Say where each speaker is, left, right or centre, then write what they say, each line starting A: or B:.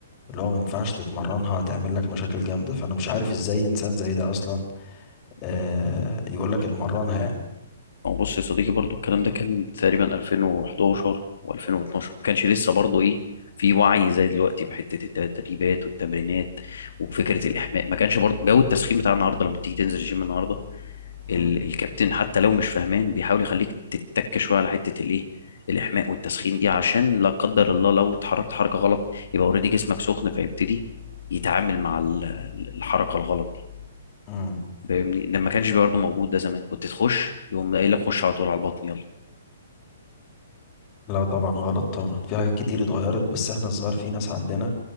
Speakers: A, on the left; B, on the left.
A: اللي هو ما ينفعش تتمرنها هتعمل لك مشاكل جامدة فأنا مش عارف إزاي إنسان زي ده أصلا آه يقول لك اتمرنها يعني
B: هو بص يا صديقي برضو الكلام ده كان تقريبا 2011 و2012 ما كانش لسه برضو ايه في وعي زي دلوقتي بحته التدريبات والتمرينات وفكره الاحماء ما كانش برضو جو التسخين بتاع النهارده لما بتيجي تنزل الجيم النهارده
A: مم.
B: ال... الكابتن حتى لو مش فاهمان بيحاول يخليك تتك شويه على حته الايه الاحماء والتسخين دي عشان لا قدر الله لو اتحركت حركه غلط يبقى اوريدي جسمك سخن فيبتدي يتعامل مع ال- الحركه الغلط دي
A: مم.
B: فاهمني لما كانش برضه موجود ده زمان كنت تخش يقوم قايل لك خش على طول على البطن يلا
A: لا طبعا غلط طبعا في حاجات كتير اتغيرت بس احنا الظاهر في ناس عندنا